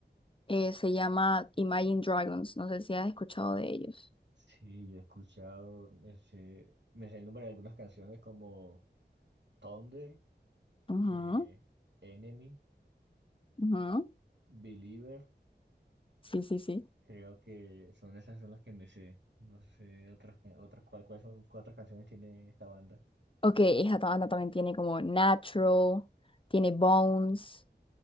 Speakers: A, on the left (about 30°); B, on the right (about 75°).
A: eh, se llama Imagine Dragons, no sé si has escuchado de ellos.
B: Sí, yo he escuchado, me sé, me sé el nombre de algunas canciones como Thunder,
A: Ujú.
B: eh, Enemy,
A: Ujú,
B: Believer.
A: Sí, sí, sí.
B: Creo que son esas son las que me sé. No sé otras que- otras cuál- cuáles son cuatro canciones tiene esta banda.
A: Ok, esa ta- banda también tiene como Natural, tiene Bones,